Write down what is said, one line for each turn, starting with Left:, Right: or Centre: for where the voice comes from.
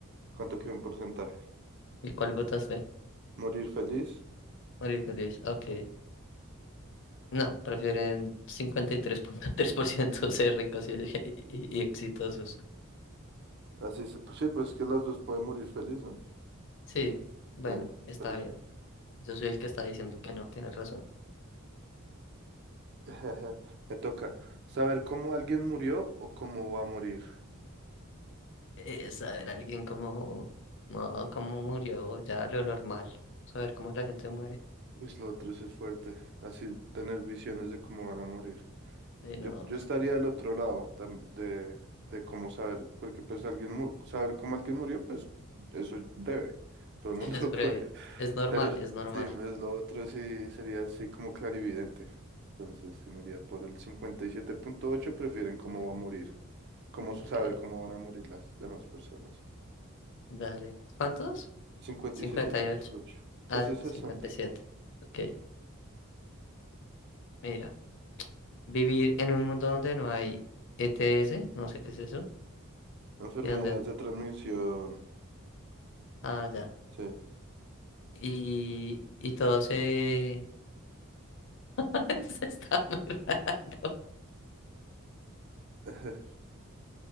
Right: ¿Cuánto queda en porcentaje?
Left: ¿Y cuál votaste?
Right: Morir feliz.
Left: Morir feliz, ok. No, prefieren cincuenta y tres tres punto tres por ciento ser ricos y, y- y exitosos.
Right: Así se, pues sí, pues es que las dos pueden morir feliz, ¿no?
Left: Sí, bueno,
Right: Sí,
Left: está
Right: pero sí.
Left: bien. Yo soy el que está diciendo que no, tienes razón.
Right: <laughs> Me toca saber cómo alguien murió o cómo va a morir.
Left: Eh, saber alguien cómo, no, cómo murió, ya lo normal. Saber cómo la gente muere.
Right: Pues lo otro sí es fuerte, así tener visiones de cómo van a morir.
Left: Eh, no,
Right: Yo, yo estaría del otro lado tam- de, de cómo saber, porque pues alguien mu- saber cómo alguien murió, pues eso debe, todo el
Left: sí,
Right: mundo
Left: es
Right: <laughs> lo
Left: breve.
Right: puede.
Left: Es normal,
Right: Pero
Left: es normal.
Right: sí, pues lo otro sí sería así como clarividente. Entonces, sí, me iría por el cincuenta y siete punto ocho prefieren cómo va a morir, cómo
Left: Ok,
Right: saber cómo van a morir las demás personas.
Left: dale. ¿Cuántos?
Right: cincuenta
Left: cincuenta
Right: y siete punto
Left: y ocho
Right: ocho casi
Left: Ah,
Right: sesenta
Left: cincuenta y siete Ok, mira. Vivir en un mundo donde no hay E t s no sé qué es eso,
Right: Enfermedades
Left: y donde...
Right: de transmisión,
Left: Ah, ya.
Right: sí.
Left: Y, y todo se... <laughs> se está mirando.
Right: <laughs>